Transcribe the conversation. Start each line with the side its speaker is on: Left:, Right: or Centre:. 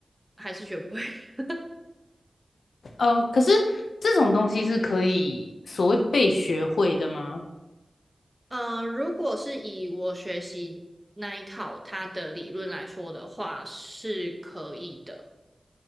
Right: 还是学不会。<laughs>
Left: 呃，可是这种东西是可以所谓被学会的吗？
Right: 嗯、呃，如果是以我学习那一套他的理论来说的话，是可以的。